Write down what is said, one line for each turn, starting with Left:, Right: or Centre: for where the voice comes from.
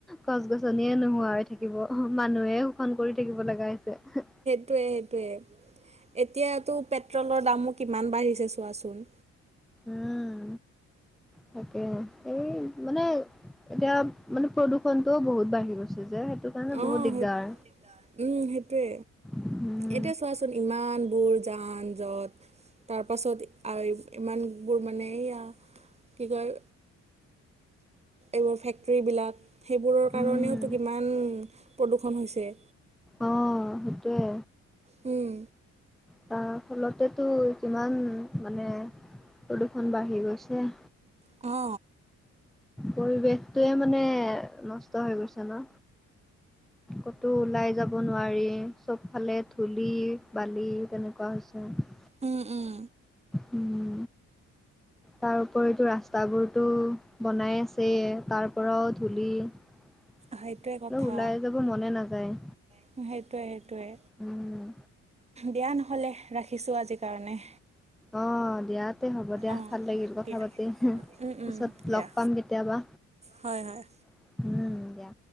Centre: গছ গছনিয়ে নোহোৱা হৈ থাকে। থাকিব মানুহে শোষণ কৰি থাকিব লগা হৈছে।
Right: সেইটো সেটোৱে এতিয়াতো পেট্ৰলৰ দামো কিমান বাঢ়িছে চোৱাচোন।
Centre: উম তাকে এই মানে এতিয়া মানে প্ৰদূষণতটোও বহুত বাঢ়ি গৈছে যে সেইটো। কাৰণে
Right: আহ
Centre: বহুত দিগদাৰ
Right: সেই উম সেইটোৱে।
Centre: উম
Right: এতিয়া চোৱাচোন ইমানবোৰ যান যট, তাৰপাছত ইমানবোৰ মানে এইয়া কি কয়, এইবোৰ ফেক্টৰীবিলাক সেইবোৰৰ কাৰণেওতো
Centre: উম
Right: কিমান। প্ৰদূষণ হৈছে।
Centre: অ সেইটোৱে।
Right: হুম।
Centre: তাৰ ফলতেটো কিমান মানে প্ৰদূষণ বাঢ়ি গৈছে।
Right: অ।
Centre: পৰিৱেশটোৱে মানে নষ্ট হৈ গৈছে ন। ক'তো ওলাই যাব নোৱাৰি চব ফালে ধূলি বালি তেনেকুৱা হৈছে।
Right: উম উম,
Centre: উম তাৰ উপৰিটো ৰাস্তাবোৰটো বনাই আছেয়ে। তাৰ পৰাও ধূলি অ
Right: সেইটোৱে কথা
Centre: ওলাই যাব মনে নাযায়।
Right: সেইটোৱে, সেইটোৱে।
Centre: উম,
Right: দেয়া নহ'লে ৰাখিছো আজি কাৰণে।
Centre: অ দিয়া তে হ'ব দিয়া
Right: অঁ
Centre: ভাল লাগিল কথা
Right: দিয়া
Centre: পাতি।
Right: উম
Centre: পিছত
Right: উম দিয়া
Centre: লগ পাম কেতিয়াবা।
Right: হয়, হয়।
Centre: উম, দিয়া।